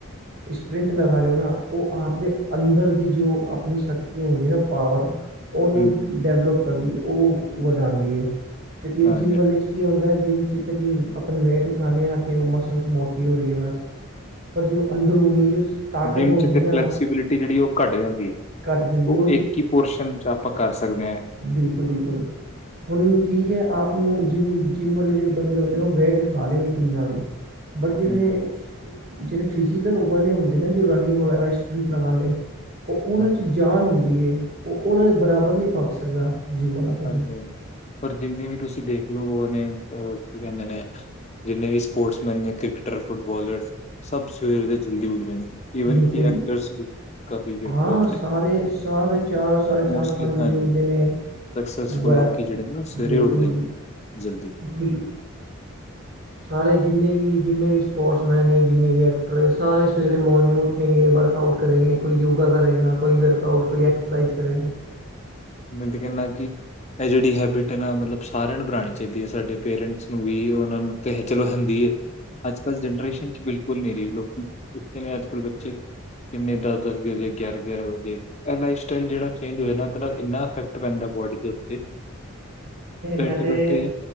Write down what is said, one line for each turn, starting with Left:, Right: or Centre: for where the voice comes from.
Right: ਇਸਪਰਿੰਟ ਲਗਾ ਰਹੇ ਹੋ ਨਾ ਔ ਆਪ ਦੇ ਅੰਦਰ ਦੀ ਜੋ ਅਪਣੀ ਸ਼ਕਤੀਆ ਹੁੰਦੀਐ ਨਾ ਪਾਵਰ ਓਨੂੰ
Left: ਹੂੰ
Right: ਡੈਵਲਪ ਕਰਦੀ ਓਹ ਵਧਾਦੀ ਏ ਕਿਉਂਕਿ ਏ
Left: ਹਾਂਜੀ
Right: ਜਿੰਮ
Left: ਹਾਂਜੀ
Right: ਵਾਲੇ ਚ ਕੀ ਹੁੰਦੈ ਜਿੰਮ 'ਚ ਤੇ ਕਿ ਅਪਣੇ ਵੇਟ ਉਠਾਨੇ ਆਂ ਤੇ ਓਹ ਮਸਲਸ ਮੌਟੀ ਹੋ ਰੀ ਏ ਬਸ। ਪਰ ਜੋ ਅੰਦਰੂਨੀ ਜੋ ਸ ਤਾਕਤ
Left: ਜਿਮ
Right: ਹੁੰਦੀ
Left: 'ਚ ਤੇ ਫਲੈਕਸੀਬਿਲਿਟੀ
Right: ਨਾ
Left: ਜੇੜੀ ਉਹ ਘੱਟ ਜਾਂਦੀ ਏ।
Right: ਘੱਟ ਜਾਂਦੀ
Left: ਉਹ ਇਕਕ ਹੀ ਪੋਰਸ਼ਨ ਚ ਆਪਾਂ ਕਰ ਸਕਦੇ ਆਂ।
Right: ਬਿਲਕੁਲ-ਬਿਲਕੁਲ। ਹੁਣ ਠੀਕ ਹੈ ਆਪ ਨੂੰ ਜਿੰਮ, ਜਿੰਮ ਵਾਲੇ ਜੇੜੇ ਬੰਦੇ ਹੁੰਦੇ ਨਾ ਓਹ ਵੇਟ ਉਠਾ ਲੈਂਗੇ ਕਿੰਨਾ ਵੀ। ਬਟ ਜੇੜੇ,
Left: ਹੂੰ
Right: ਜੇੜੇ ਫਿਜ਼ੀਕਲ ਵਲੇ ਹੁੰਦੇ ਨਾ ਜੋ ਰਨਿੰਗ ਵਗੈਰਾ ਇਸਪ੍ਰਿੰਟ ਲਗਾਦੇ, ਔ ਓਨਾਂ
Left: ਹਾਂ
Right: 'ਚ ਜ ਜਾਨ ਹੁੰਦੀ ਏ, ਓਹ ਓਨਾਂ ਦੇ ਬਰਾਬਰ ਨਹੀਂ ਪੋੰਚ ਸਕਦਾ। ਜਿੰਮ ਵਾਲਾ ਕਦੇ
Left: ਹਾਂਜੀ-ਹਾਂਜੀ, ਪਰ ਜਿੰਨੇ ਵੀ ਤੁਸੀਂ ਦੇਖ ਲੋ ਓਹ ਨੇ ਓਹ ਕੀ ਕੈੰਦੇ ਨੇ ਜਿੰਨੇ ਵੀ ਸਪੋਰਟਸਮੈਨ ਨੇ ਕ੍ਰਿਕਟਰਸ, ਫੁੱਟਬਾਲਰਸ, ਸਭ ਸਵੇਰੇ ਦੇ ਜਲਦੀ ਉਠਦੇ ਨੇ। ਈਵਨ
Right: ਬਿਲਕੁਲ
Left: ਕਿ ਐਕਟਰਸ ਵੀ ਕਾਫੀ ਜੇ-
Right: ਹਾਂ
Left: ਬਹੁਤ ਨੇ
Right: ਸਾਰੇ, ਸਾਰੇ ਚਾਰ ਸਾਢੇ ਚਾਰ
Left: ਮੋਸਟਲੀ
Right: ਪੰਜ ਵਜੇ
Left: ਹਾਂਜੀ
Right: ਉੱਠਦੇ ਨੇ।
Left: ਸਕਸੈਸਫੁਲ
Right: ਉ ਹੈ
Left: ਲੋਕੀ ਜਿਹੜੇ ਨੇ ਉਹ ਸਵੇਰੇ
Right: ਬਿਲਕੁਲ
Left: ਉੱਠਦੇ ਨੇ ਜਲਦੀ
Right: ਬਿਲ ਸਾਰੇ ਜਿੰਨੇ ਵੀ ਜਿੰਨੇ ਵੀ ਸਪੋਰਟਸਮੈਨ ਨੇ ਜਿੰਨੇ ਵੀ ਐਕਟਰ ਹੈ ਸਾਰੇ ਸਵੇਰੇ ਮੋਰਨਿੰਗ ਉੱਠੇਗੇ ਵਰਕ ਆਊਟ ਕਰੇਗੇ ਕੋਈ ਯੋਗਾ ਕਰੇਗਾ ਕੋਈ ਵਰਕ ਆਊਟ ਕੋਈ ਐਕਸਰਸਾਈਜ਼ ਕਰੇਗਾ। <inaudible>
Left: ਮੈਂ ਤੇ ਕਹਿਨਾ ਕਿ ਇਹ ਜਿਹੜੀ ਹੈਬਿਟ ਹੈ ਨਾ ਮਤਲਬ ਸਾਰਿਆਂ ਨੂੰ ਬਣਾਉਣੀ ਚਾਹੀਦੀ ਹੈ ਸਾਡੇ ਪੇਰੈਂਟਸ ਨੂੰ ਵੀ ਉਹਨਾਂ ਨੂੰ ਤੇ ਚਲੋ ਹਿੰਦੀ ਹੈ ਅੱਜ ਕੱਲ ਜਨਰੇਸ਼ਨ ਚ ਬਿਲ ਕੁਲ ਨਹੀਂ ਰਹੀ ਮੇਰੀ ਲੋਕੀ ਪੁਤੇ ਨੇ ਅੱਜ ਕੱਲ੍ਹ ਬੱਚੇ ਕਿੰਨੇ ਦਸ-ਦਸ ਗ ਵਜੇ ਗਿਆਰ ਗਿਆਰਾਂ ਵਜੇ ਇਹ ਲਾਈਫ ਸਟਾਈਲ ਜਿਹੜਾ ਚੇਂਜ ਹੋਇਆ ਨਾ ਆ ਇੰਨਾ ਇਫੈਕਟ ਪੈਂਦਾ ਬੋਡੀ ਦੇ ਉੱਤੇ ਬੈਠੇ-ਬੈਠੇ
Right: ਮੈਂ ਤਾਂ